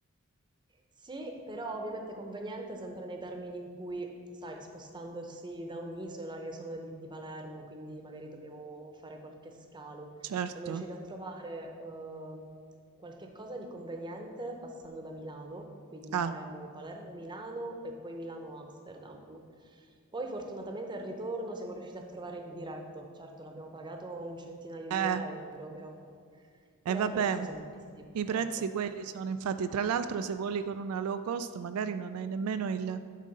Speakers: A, on the right; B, on the right.
A: Sì, però ovviamente conveniente sempre nei termini in cui, sai, spostandosi da un'isola, io sono di, di Palermo, quindi magari dobbiamo fare qualche scalo.
B: Certo.
A: Siamo riusciti a trovare eh, qualche cosa di conveniente passando da Milano, quindi
B: Ah,
A: faremo Palermo-Milano e poi Milano-Amsterdam. Poi fortunatamente al ritorno siamo riusciti a trovare il diretto, certo l'abbiamo pagato un centinaio
B: eh.
A: di euro, però
B: E
A: però
B: vabbè,
A: i prezzi sono questi purtroppo.
B: i prezzi quelli sono, infatti, tra l'altro se voli con una low cost magari non hai nemmeno il,